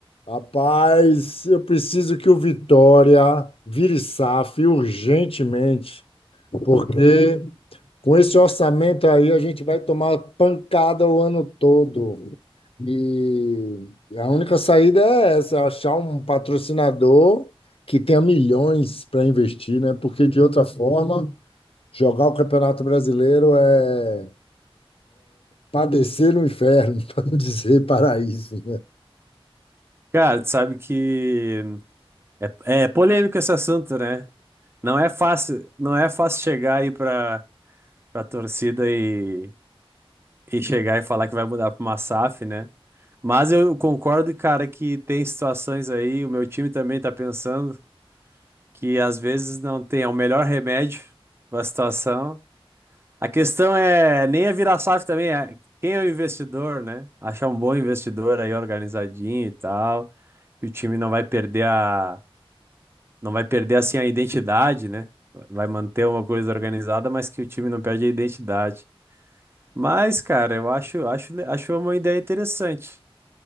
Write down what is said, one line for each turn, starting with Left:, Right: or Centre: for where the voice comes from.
Left: Rapaz, eu preciso que o Vitória vire SAF urgentemente, porque com esse orçamento aí a gente vai tomar pancada o ano todo. E a única saída é essa, achar um patrocinador que tenha milhões para investir, né? Porque de outra forma, jogar o Campeonato Brasileiro é padecer no inferno, <laughs> para não dizer paraíso, né?
Right: Cara, tu sabe que é, é polêmico esse assunto, né? Não é fácil, não é fácil chegar aí pra, pra torcida e, e chegar e falar que vai mudar pra uma SAF, né? Mas eu concordo, cara, que tem situações aí, o meu time também tá pensando que às vezes não tem é o melhor remédio pra situação. A questão é nem é virar SAF também, é quem é o investidor, né? Achar um bom investidor aí organizadinho e tal, que o time não vai perder a não vai perder assim a identidade, né? Vai manter uma coisa organizada, mas que o time não perde a identidade. Mas, cara, eu acho, acho, acho uma ideia interessante.